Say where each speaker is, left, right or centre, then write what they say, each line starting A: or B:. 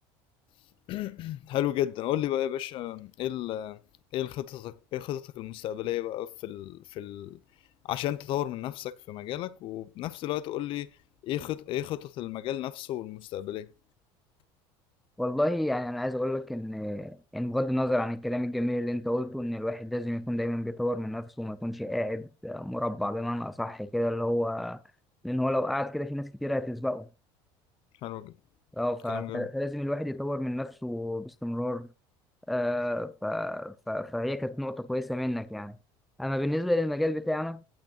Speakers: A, on the left; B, in the centre.
A: <clears throat> حلو جدا قول لي بقى يا باشا ايه ال ايه خططك ايه خططك المستقبلية بقى في ال في ال عشان تطور من نفسك في مجالك وبنفس الوقت قول لي ايه خط ايه خطط المجال نفسه والمستقبلية
B: والله يعني انا عايز اقول لك ان ان بغض النظر عن الكلام الجميل اللي انت قلته ان الواحد لازم يكون دايما بيطور من نفسه وما يكونش قاعد مربع بمعنى اصح كده اللي هو لان هو لو قعد كده في ناس كتير هتسبقه
A: حلو جدا
B: اه ف-
A: كلام جميل
B: ف- فلازم الواحد يطور من نفسه باستمرار آه، ف... ف... فهي كانت نقطة كويسة منك يعني أما بالنسبة للمجال بتاعنا